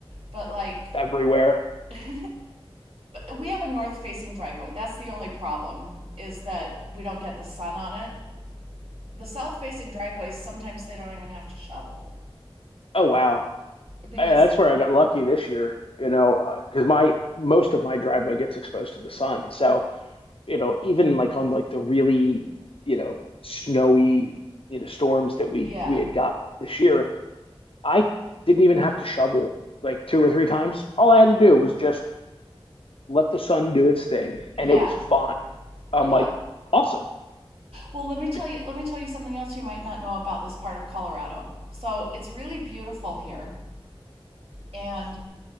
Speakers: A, on the right; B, on the left.
A: But like
B: Everywhere.
A: <laughs> we have a north facing driveway. That's the only problem is that we don't get the sun on it. The south facing driveways, sometimes they don't even have to shovel
B: Oh wow,
A: because,
B: Yeah, that's where I got lucky this year. You know, because my most of my driveway gets exposed to the sun, so you know, even like on like the really you know snowy you know storms that we
A: yeah,
B: we had got this year, I didn't even have to shovel like two or three times. All I had to do was just let the sun do its thing,
A: yeah,
B: and it was fine. I'm
A: yeah.
B: like, awesome.
A: Well, let me tell
B: Like,
A: you, let me tell you something else you might not know about this part of Colorado. So it's really beautiful here. And